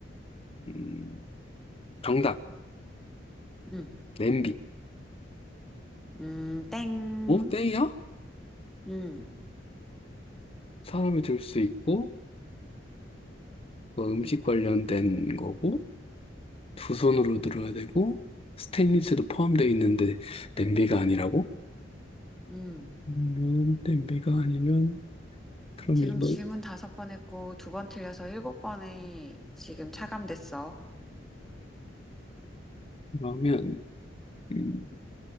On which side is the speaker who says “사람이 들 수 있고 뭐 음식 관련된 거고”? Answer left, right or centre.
Left